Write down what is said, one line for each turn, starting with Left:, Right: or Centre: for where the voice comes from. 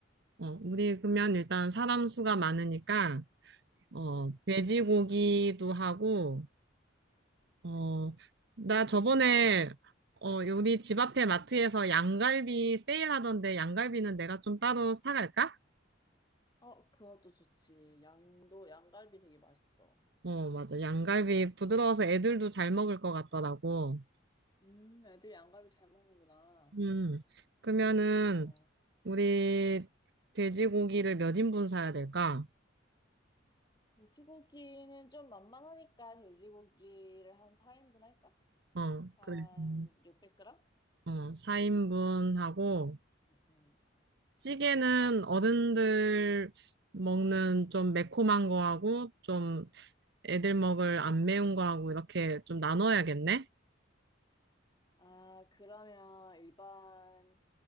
Right: 어, 우리 그러면 일단 사람 수가 많으니까, 어,
Left: 응.
Right: 돼지고기도 하고, 어, 나 저번에, 어, 우리 집 앞에 마트에서 양갈비 세일하던데 양갈비는 내가 좀 따로 사갈까?
Left: 어, 그것도 좋지. 양도, 양갈비 되게 맛있어.
Right: 어, 맞아. 양갈비 부드러워서 애들도
Left: 음.
Right: 잘 먹을 것 같더라고.
Left: 음, 애들 양갈비 잘 먹는구나.
Right: 음, 그러면은,
Left: 어.
Right: 우리 돼지고기를 몇 인분 사야 될까?
Left: 돼지고기는 좀 만만하니까 돼지고기를 한 4인분 할까?
Right: 어,
Left: 한
Right: 그래. 음,
Left: 600g?
Right: 어, 4인분 하고,
Left: 음, 음.
Right: 찌개는 어른들 먹는 좀 매콤한 거 하고, 좀 애들 먹을 안 매운 거하고 이렇게 좀 나눠야겠네?
Left: 아, 그러면 일반